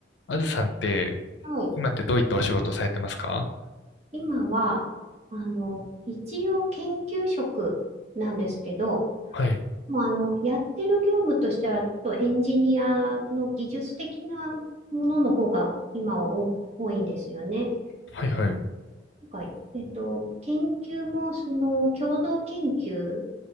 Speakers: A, on the left; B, on the right.
A: あずさんって、
B: はい。
A: 今ってどういったお仕事をされてますか
B: 今は、あの、一応研究職なんですけど、
A: はい、
B: まあ、あの、やってる業務としては、ちょっとエンジニアの技術的なものの方が今は多く、多いんですよね。
A: はい、はい。
B: なんか、えっと、研究も、その、共同研究